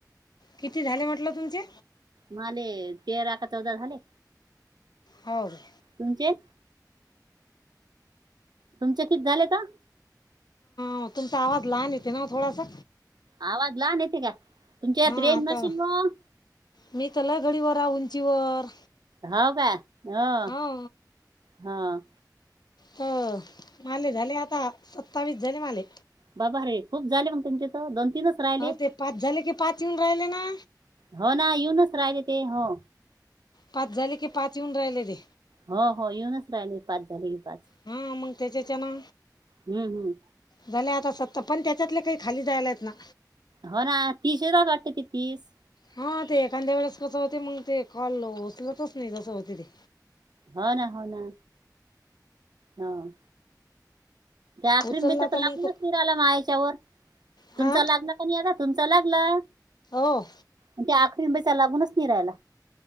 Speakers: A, on the left; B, on the right.
A: किती झाले म्हटलं तुमचे?
B: माले तेरा का चौदा झाले.
A: हो गाय.
B: तुमचे तुमच्या कित झालंय का?
A: हां तुमचा आवाज लहान येते ना थोडसा.
B: आवाज लहान येते का तुमच्यात
A: हा
B: रेन
A: आता
B: नशील गं.
A: मी त्याला घडीवरा उंचीवर
B: हाव का अं
A: हा
B: हा.
A: त माले झाले आता सत्तावीस झाले माले.
B: बाबा रे खूप झाले मंग तुमचे तर दोन तीनच राहिले
A: अहो ते पाच झाले की पाच येऊन राहिले ना.
B: हो ना येऊनच राहिले ते हां
A: पाच झाले की पाच येऊन राहिलेले.
B: हो हो येऊनच राहिले पास झाले की पाच.
A: हा मंग त्याच्याच्या ना.
B: हम्म हम्म.
A: झाले आता स्वतः पण त्याच्यातले काही खाली जायलात ना.
B: हो ना तिशेरा काटते ते तीस.
A: हा ते एखाद्या वेळेस कसं होते, मग ते कॉल ऊचलतच नाही असं होतंय ते.
B: हो ना हो ना हां. त्या आख्रीम
A: उचलला
B: बेच तर लागूनच
A: मग तो
B: नये. झाला माया हेच्यावर.
A: हां
B: तुमचा लागला का नाही आता तुमच लागला.
A: ओ
B: आणि ते आखरीन पैसा लागूनच नाही राहिला.